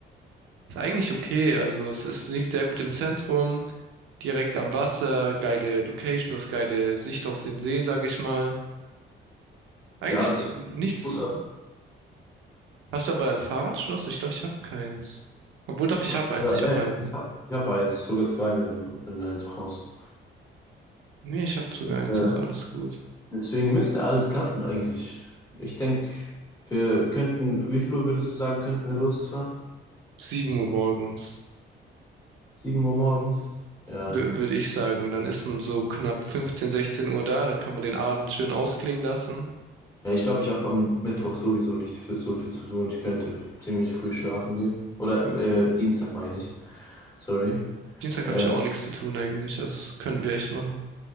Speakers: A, on the right; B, on the left.
A: Ist eigentlich okay. Also es ist, liegt sehr gut im Zentrum, direkt am Wasser, geile Location, du hast geile Sicht auf den See, sag ich mal. Eigentlich
B: Ja, das
A: äh,
B: hört
A: nichts.
B: sich gut an.
A: Hast du aber ein Fahrradschloss? Ich glaube, ich habe keins. Obwohl doch,
B: Ich
A: ich
B: habe
A: habe eins,
B: sogar,
A: ich habe
B: ja,
A: eins.
B: ja, ich hab, ich hab eins, sogar zwei, wenn du, wenn du eins brauchst.
A: Nee, ich habe sogar eins,
B: Äh,
A: also alles gut.
B: deswegen müsste alles klappen eigentlich. Ich denke, wir könnten, wie viel Uhr würdest du sagen, könnten wir losfahren?
A: 7 Uhr morgens,
B: sieben Uhr morgens? Ja.
A: würde ich sagen. Dann ist man so knapp 15, 16 Uhr da, dann kann man den Abend schön ausklingen lassen.
B: Ja, ich glaube, ich habe am Mittwoch sowieso nicht so, so viel zu tun. Ich könnte ziemlich früh schlafen gehen. Oder
A: Hm,
B: äh, Dienstag meine ich. Sorry.
A: Dienstag
B: Äh,
A: habe ich auch nichts zu tun eigentlich. Also das könnten wir echt machen.